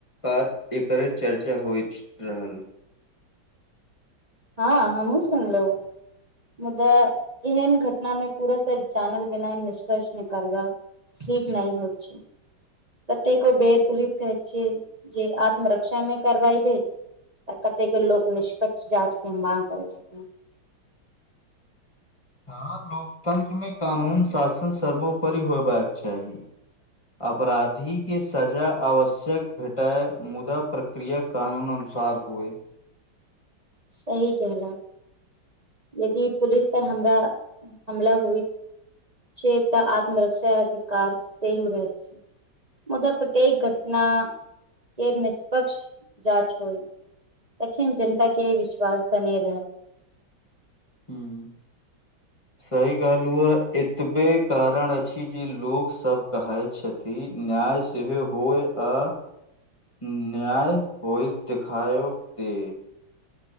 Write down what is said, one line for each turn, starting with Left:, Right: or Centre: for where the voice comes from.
Left: कात एकरे चर्चा होइत रहल
Right: हँ हमूँ सुनलो मुद्दा एहन घटना मे पूरा सच जानल बिना निष्कर्ष निकालबा ठीक नहि होइ छै कतेको बेर पुलिस कहैत छियै जे आत्मरक्षा मे कारवाई भेल आ कतेके लोक निष्पक्ष जाँचके माग करैत छथिन
Left: हँ लोकतंत्र मे कानून शासन सर्वोपरि होय बाक चाही अपराधी के सजा आवश्यक भेटाए मुदा प्रक्रिया कानून अनुसार होए
Right: सही केहलो यदि पुलिस पर हमरा हमला होइ छै तऽ आत्मरक्षा अधिकार सेहो रहत छै मुद्दा प्रत्येक घटना के निष्पक्ष जाँच होई तखन जनता के विश्वास बने रहल
Left: हूँ
Right: <inaudible>
Left: सही कहलू ह एतबे कारण अछि जे लोक सभ कहै छथि कि न्याय सेहो होय अ न्याय होइ देखाय दे